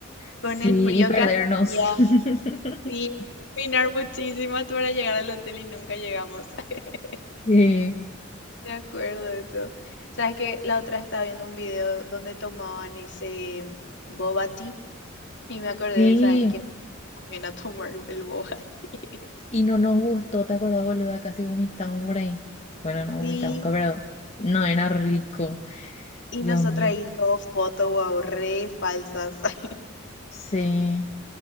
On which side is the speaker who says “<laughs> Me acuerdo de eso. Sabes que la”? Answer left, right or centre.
Left